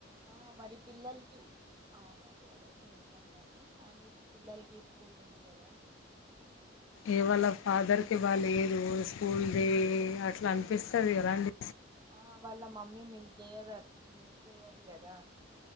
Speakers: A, on the right; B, on the left.
A: ఆ మరి పిల్లలకి అవునండి అదైతే నిజంగానే కానీ పిల్లలకి స్కూల్ ఉంది కదా అండి
B: ఏ వాళ్ళ ఫాదర్ కి బాలేదు స్కూల్ ది అట్లా అనిపిస్తది కదండి
A: ఆ వాళ్ళ మమ్మీ మిస్ చేయద అత్ మిస్ చేయది కదా